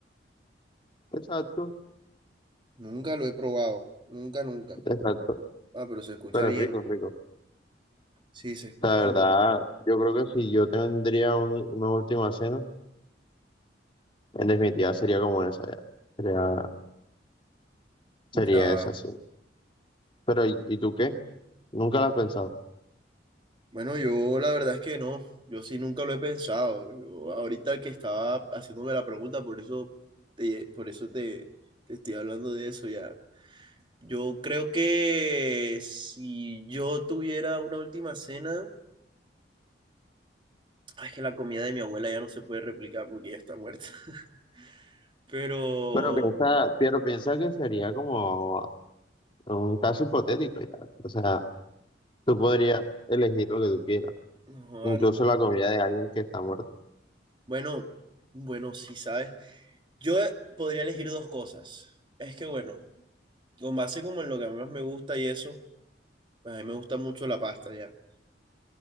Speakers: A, on the left (about 30°); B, on the right (about 25°).
A: Exacto,
B: Nunca lo he probado. Nunca, nunca.
A: exacto.
B: Ah, pero se escucha
A: Pero
B: bien.
A: es rico, es rico.
B: Sí, se escucha
A: La
B: súper
A: verdad,
B: bien.
A: yo creo que si yo tendría un- una última cena, en definitiva sería como esa ya. Sería, sería
B: Ya.
A: esa, sí. Pero, ¿y, y tú qué? ¿Nunca la has pensado?
B: Bueno, yo la verdad es que no. Yo sí nunca lo he pensado. Yo ahorita que estaba haciéndome la pregunta, por eso te, por eso te, te estoy hablando de eso ya. Yo creo que si yo tuviera una última cena, ay, es que la comida de mi abuela ya no se puede replicar porque ya está muerta. <laughs> Pero,
A: Pero piensa, pero piensa que sería como un caso hipotético ya. O sea, tú podrías elegir lo que tú quieras,
B: no,
A: incluso
B: ay,
A: la comida de alguien que está muerto.
B: bueno, bueno, sí, ¿sabes? Yo eh, podría elegir dos cosas. Es que bueno. con base como en lo que a mí más me gusta y eso, pues a mí me gusta mucho la pasta ya.